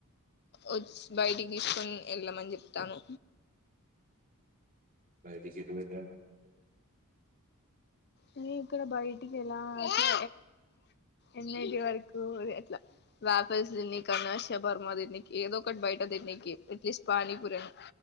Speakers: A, on the left; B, on the right.
A: ఒస్తే బయటికి తీసుకొని వెళ్ళమని చెప్తాను
B: బయటకి ఎటు వెళ్ళాలి అనుకుంటారు
A: న ఇక్కడ బయటికి ఎలా అంటే ఎన్నటి వరకు త వ్యాపల్ తిన్నని అన్న షవర్మ తిన్నినికి ఏదో ఒకటి బయట తిన్నినికి ఎట్లీస్ట్ పనిపురి అన్న